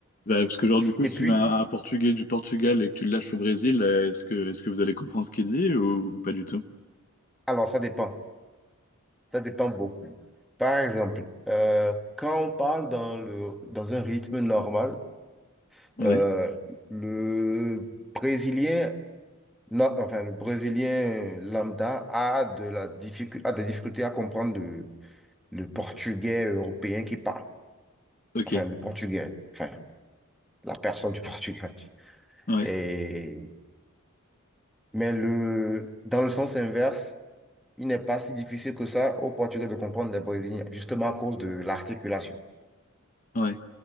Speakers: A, on the left; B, in the centre.
A: Bah, parce que, genre, du coup,
B: Et
A: si
B: puis,
A: tu mets un un portugais du Portugal et que tu le lâches au Brésil, euh, est-ce que, est-ce que vous allez comprendre ce qu'il dit ou, ou pas du tout?
B: alors, ça dépend. Ça dépend beaucoup. Par exemple, euh, quand on parle dans le, dans un rythme normal,
A: Ouais,
B: euh, le Brésilien, no- enfin, le Brésilien lambda a de la difficulté, a des difficultés à comprendre le, le portugais européen qui parle.
A: ok,
B: enfin le Portugais, enfin la personne du <laughs> Portugal.
A: ouais,
B: Et, mais le, dans le sens inverse, il n'est pas si difficile que ça aux Portugais de comprendre les Brésiliens, justement à cause de l'articulation.
A: ouais,